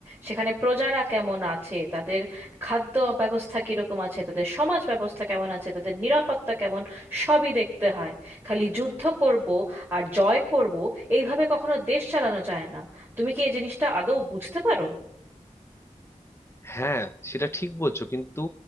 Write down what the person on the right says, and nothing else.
সেখানে প্রজারা কেমন আছে তাদের খাদ্য ব্যবস্থা কিরকম আছে তাদের সমাজ ব্যবস্থা কেমন আছে তাদের নিরাপত্তা কেমন সবই দেখতে হয় খালি যুদ্ধ করব আর জয় করব এইভাবে কখনো দেশ চালানো যায় না তুমি কি এই জিনিসটা আদৌ বুঝতে পারো